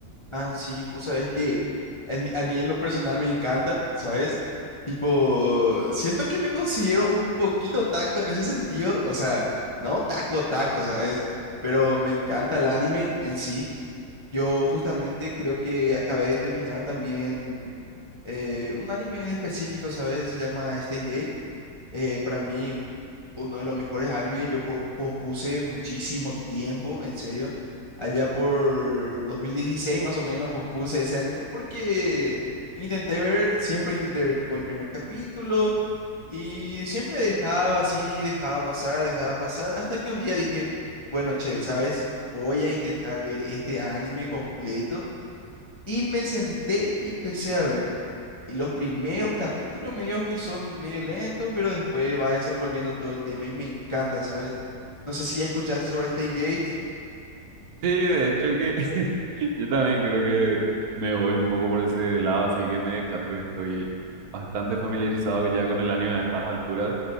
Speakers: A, on the left; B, on the right.
A: Ah, sí, vos sabés que a mí, a mí en lo personal me encanta, ¿sabes? Tipo, siento que me considero un poquito taco en ese sentido, o sea, no taco taco, ¿sabes? Pero me encanta el anime en sí. Yo justamente creo que acabé de terminar también eh, un anime en específico, ¿sabes? Se llama Steins Gate. Eh, para mí uno de los mejores animes. Yo pos- pospuse muchísimo tiempo, en serio. Allá por 2016 más o menos pospuse ese anime porque intenté ver, siempre intenté ver tipo el primer capítulo y siempre dejaba así, dejaba pasar, dejaba pasar, hasta que un día dije, bueno, che, ¿sabes? Voy a intentar ver este anime completo y me senté y empecé a ver. Y los primeros capítulos medio que son medio lentos, pero después va desenvolviendo todo el tema y me encanta, ¿sabes? No sé si ya escuchaste sobre Stan Gates.
B: Sí, de hecho que <laughs> yo también creo que me voy un poco por ese lado, así que me decanto que estoy bastante familiarizado que ya con el anime a estas alturas.